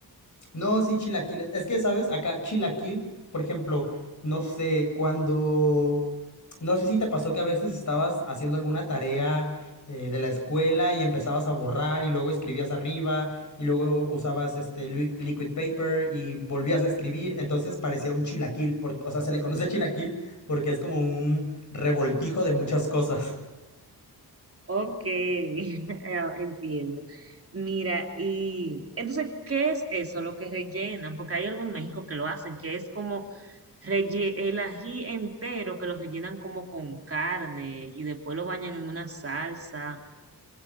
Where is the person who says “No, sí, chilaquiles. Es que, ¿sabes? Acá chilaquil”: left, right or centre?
Left